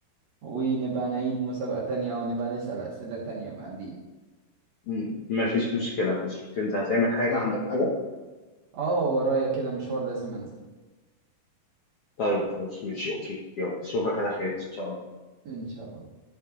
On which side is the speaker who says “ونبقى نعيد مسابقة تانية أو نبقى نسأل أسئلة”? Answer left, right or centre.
Right